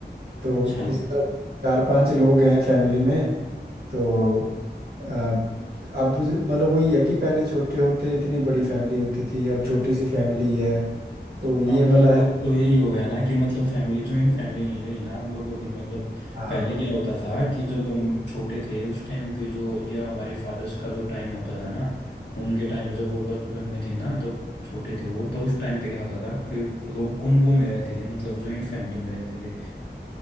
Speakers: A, on the right; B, on the left.
A: तो
B: अच्छा
A: इस तरह चार पांच लोग हैं फैमिली में तो अ, अब मतलब वही है कि पहले छोटे होते इतनी बड़ी फैमिली होती थी अब छोटी सी फैमिली है तो ये
B: हाँ मतलब
A: वाला है
B: अब तो यही हो गया ना कि मतलब फैमिली जॉइंट फैमिली नहीं रही ना आप लोगों की मतलब
A: हाँ
B: पहले क्या होता था कि जब हम छोटे थे उस टाइम पे जो या हमारे फादर्स का जो टाइम होता था ना उनके टाइम जब वो बचपन में थे ना तब छोटे थे वो तो उस टाइम पे क्या होता था कि लोग कुंबों में रहते थे मतलब जॉइंट फैमिली में रहते थे